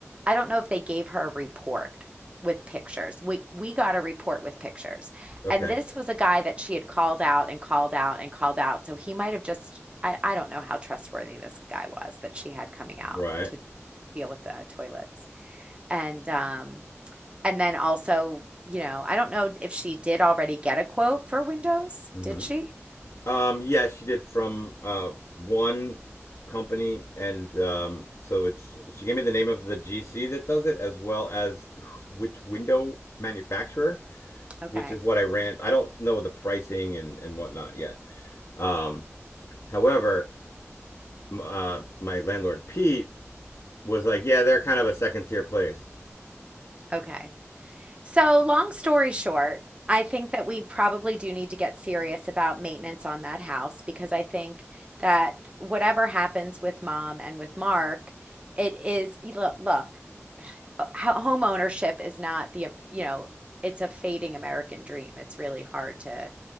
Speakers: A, on the right; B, on the left.
A: I don't know if they gave her a report with pictures. We we got a report with pictures.
B: Okay.
A: And this was a guy that she had called out and called out and called out. So he might have just, I, I don't know how trustworthy this guy was that she had coming out
B: Right.
A: to deal with the toilets. And um, and then also, you know, I don't know if she did already get a quote for windows.
B: Mm-hmm.
A: Did she?
B: Um, yeah, she did from uh, one company, and um, so it's she gave me the name of the GC that does it, as well as which window manufacturer,
A: Okay.
B: which is what I ran. I don't know the pricing and and whatnot yet. Um, however, uh, my landlord Pete was like, "Yeah, they're kind of a second tier place,
A: Okay. So, long story short, I think that we probably do need to get serious about maintenance on that house because I think that whatever happens with mom and with Mark, it is, look, look, uh, ho- home ownership is not the, you know, it's a fading American dream. It's really hard to